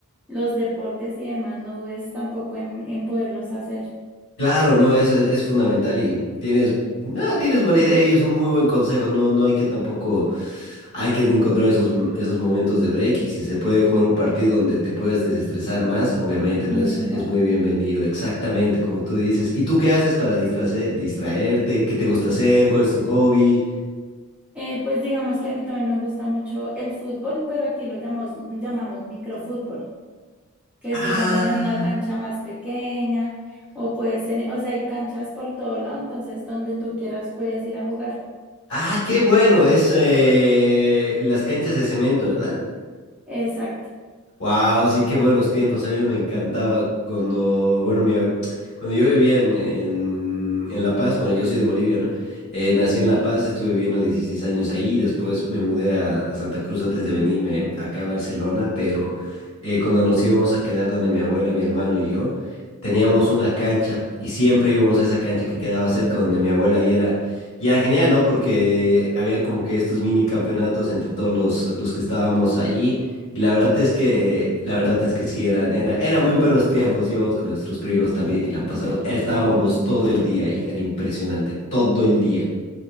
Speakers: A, in the centre; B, on the left.
A: los deportes y demás, no dudes tampoco en, en poderlos hacer
B: Claro, no, eso es, es fundamental y tienes, no, tienes buena idea y es un muy buen consejo, no, no hay que tampoco, hay que encontrar esos, m- esos momentos de break y si se puede jugar un partido donde te puedas desestresar más, obviamente,
A: mejor.
B: ¿no? Es, es muy bienvenido, exactamente como tú dices. ¿Y tú qué haces para distrace- distraerte? ¿Qué te gusta hacer? ¿Cuál es tu hobby?
A: Eh, pues digamos que a mí también me gusta mucho el fútbol, pero aquí lo llamamos, llamamos microfútbol. que
B: Ah,
A: es, digamos, en una cancha más pequeña, o puede ser, o sea, hay canchas por todo lado, entonces donde tú quieras puedes ir a jugar.
B: ah, qué bueno, es eh, las canchas de cemento, ¿verdad?
A: Exacto.
B: Wow, sí, qué buenos tiempos. A mí me encantaba cuando, bueno, mi ab- cuando yo vivía en, en, en La Paz, bueno, yo soy de Bolivia, ¿no? Eh, nací en La Paz, estuve viviendo 16 años ahí, después me mudé a, a Santa Cruz antes de venirme acá a Barcelona, pero eh, cuando nos íbamos a quedar donde mi abuela, mi hermano y yo, teníamos una cancha y siempre íbamos a esa cancha que quedaba cerca donde mi abuela y era... Y era genial, ¿no? Porque había como que estos mini campeonatos entre todos los, los que estábamos ahí. Y la verdad es que, la verdad es que sí, eran, era, eran muy buenos tiempos, íbamos con nuestros primos también y la pasada, estábamos todo el día ahí, era impresionante, todo el día.